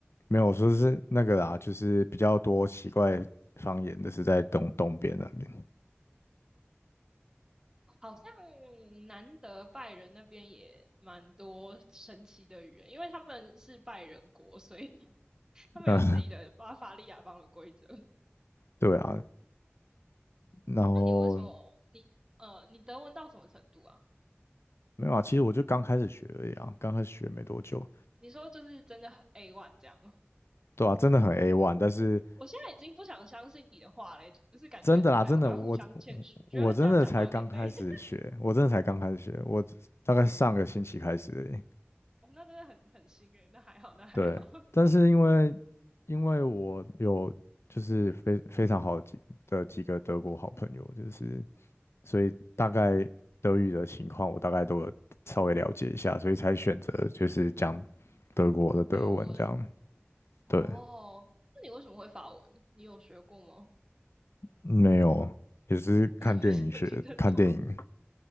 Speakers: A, on the left; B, on the right.
A: 没有我说是那个啦，就是比较多奇怪方言的是在东东边那边。
B: 好像南德拜仁那边也蛮多神奇的语言，因为他们是拜仁国，所以 <laughs> 他们有自己的巴伐利亚方的规则。
A: 呃，对啊，然后
B: 那你为什么你呃你德文到什么程度啊？
A: 没有啊，其实我就刚开始学而已啊，刚开始学没多久，
B: 你说就是真的很 A one 这样吗
A: 对啊，真的很 A one，但是。
B: 我现在已经不想相信你的话嘞，就是感觉我们两个都要互相谦虚，
A: 真的啦，真的，我
B: 觉得这样讲话有点累。
A: 我真的才刚开始学，
B: <laughs>
A: 我真的才刚开始学，我大概上个星期开始而已
B: 哦，那真的很很新诶，那还好，那还好。
A: 对，
B: <laughs>
A: 但是因为因为我有就是非非常好的几的几个德国好朋友，就是所以大概德语的情况我大概都有稍微了解一下，所以才选择就是讲德国的德文这样。
B: 德文哦，
A: 对，
B: 那你为什么会法文？你有学过吗？
A: 没有，也是看电影学，
B: <laughs> 那你为什么听得懂？
A: 看电影。